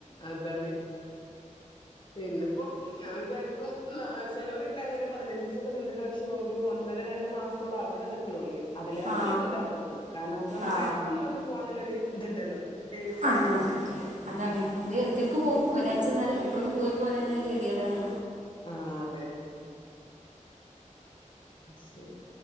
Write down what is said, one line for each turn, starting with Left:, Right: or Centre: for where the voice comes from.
Left: അതാണ് പിന്നെപ്പോ ഞാൻ വിചാരിക്കും ചിലവരുണ്ട് അങ്ങനെ പതിനഞ്ച് ദിവസൊക്കെ നിന്നിട്ട് പക്ഷെ ഒരു വ ഒന്നര രണ്ടു മാസത്തോളം അവിടെ നിക്കണോല്ലേ അതിലേറെ
Right: ആ
Left: നല്ലത് ഇതാന്ന് തോന്നുന്നു കാരണം അപ്പൊ നമുക്ക്
Right: ആ
Left: ഇടക്കൊ ഒന്ന് വന്ന് പോകാനുള്ള ഒരു ഇതുണ്ടല്ലോ നേഴ്സ്
Right: ആ
Left: ആണെങ്കിലും
Right: അതാണ് ഇത് ഇടക്കിടക്ക് പോകും ഒരാഴ്ച എന്നാലും ക്കൊന്ന് പോയി പോരന്ന് കെട്ടിയതാണ്
Left: ആഹ അതെ ശരി